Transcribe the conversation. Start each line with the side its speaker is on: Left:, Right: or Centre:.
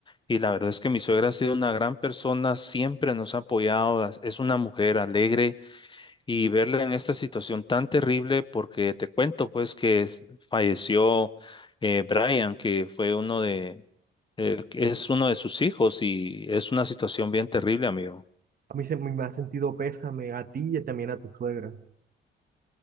Left: Y la verdad es que mi suegra ha sido una gran persona, siempre nos ha apoyado, as- es una mujer alegre y verla en esta situación tan terrible, porque te cuento pues que es- falleció eh, Brian, que fue uno de, eh, que es uno de sus hijos y es una situación bien terrible, amigo.
Right: A mí se me me ha sentido pésame a ti y también a tu suegra.